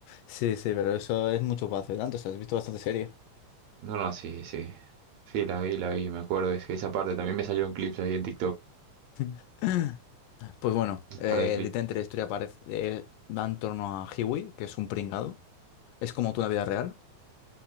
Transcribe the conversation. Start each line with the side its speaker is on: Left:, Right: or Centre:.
Left: Sí, sí, pero eso es mucho para hacer tanto, o sea, has visto bastante serie.
Right: No, no, sí, sí. Sí, la vi, la vi, me acuerdo. Es que esa parte también me salió en clips ahí en TikTok,
Left: <clears throat> <laughs> Pues bueno,
Right: un
Left: eh,
Right: par de clips.
Left: literalmente la historia parece, eh, va en torno a Hiwi, que es un pringado. Es como tú en la vida real.